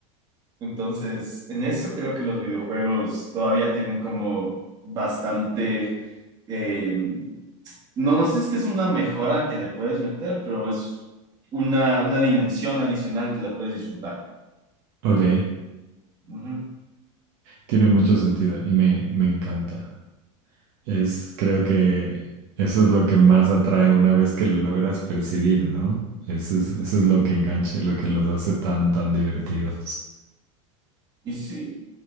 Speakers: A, on the right; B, on the right.
A: Entonces, en eso creo que los videojuegos todavía tienen como bastante... Eh, no, no sé si es que es una mejora que le puedes meter, pero es una, una dimensión adicional que la puedes disfrutar.
B: Ok,
A: Ujú.
B: tiene mucho sentido y me, me encanta. Es, creo que eso es lo que más atrae una vez que lo logras percibir, ¿no? Eso es, eso es lo que engancha y lo que los hace tan, tan divertidos.
A: Y sí,